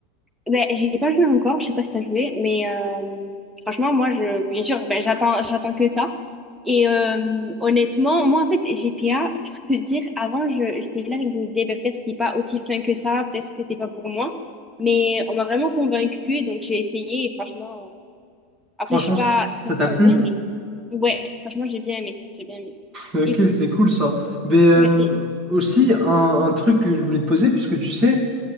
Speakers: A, in the centre; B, on the right.
A: Ben, j'ai pas joué encore, je sais pas si t'as joué, mais euh, franchement, moi, je, bien sûr, ben, j'attends, j'attends que ça. Et euh, honnêtement, moi, en fait, GTA, pour te dire, avant, je, j'étais là et je me disais, ben, peut-être c'est pas aussi fin que ça, peut-être que c'est pas pour moi. Mais on m'a vraiment convaincue, donc j'ai essayé, et franchement, euh, après,
B: Franchement,
A: je suis pas,
B: ça
A: je suis
B: t'a
A: pas
B: plu?
A: douée, mais ouais, franchement, j'ai bien aimé, j'ai bien aimé.
B: Ok,
A: Et,
B: c'est cool ça. Mais euh,
A: ouais, et-
B: aussi, un, un truc que je voulais te poser, puisque tu sais,